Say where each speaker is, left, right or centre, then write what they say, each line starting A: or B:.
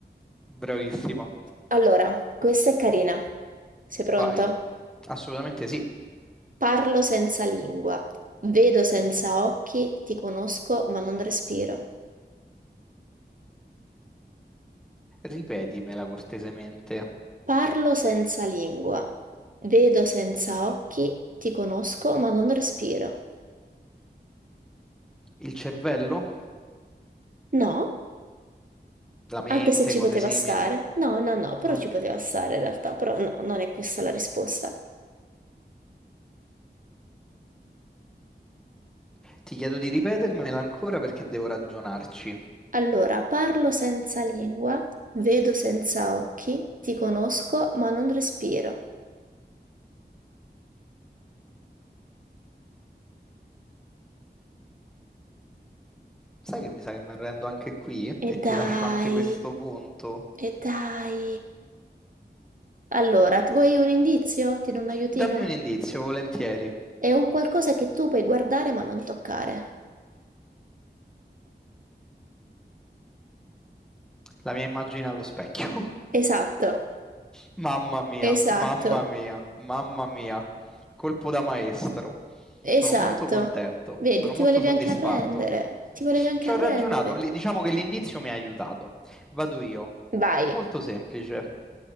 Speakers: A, in the centre; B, on the right.
A: Bravissima.
B: Allora, questa è carina. Sei pronto?
A: Vai. Assolutamente sì.
B: Parlo senza lingua, vedo senza occhi, ti conosco ma non respiro.
A: Ripetimela cortesemente.
B: Parlo senza lingua, vedo senza occhi, ti conosco ma non respiro.
A: Il cervello?
B: No?
A: La mente,
B: Anche se ci
A: cose
B: poteva
A: simili.
B: stare? No, no, no, però
A: La-
B: ci poteva stare in realtà, però no, non è questa la risposta.
A: Ti chiedo di ripetermela ancora perché devo ragionarci.
B: Allora, parlo senza lingua, vedo senza occhi, ti conosco ma non respiro.
A: Sai che mi sa che mi arrendo anche qui e
B: E
A: ti
B: dai,
A: lascio anche questo punto.
B: e dai. Allora, vuoi un indizio? Ti do un aiutino?
A: Dammi un indizio, volentieri.
B: È un qualcosa che tu puoi guardare ma non toccare.
A: La mia immagine allo specchio. <laughs>
B: Esatto,
A: Mamma mia,
B: esatto,
A: mamma mia, mamma mia. Colpo da maestro.
B: esatto.
A: Sono molto contento,
B: Vedi,
A: sono
B: ti
A: molto
B: volevi
A: soddisfatto.
B: anche arrendere, ti volevi anche
A: Ci
B: arrendere.
A: ho ragionato, li- diciamo che l'indizio mi ha aiutato. Vado io.
B: Vai,
A: Molto semplice.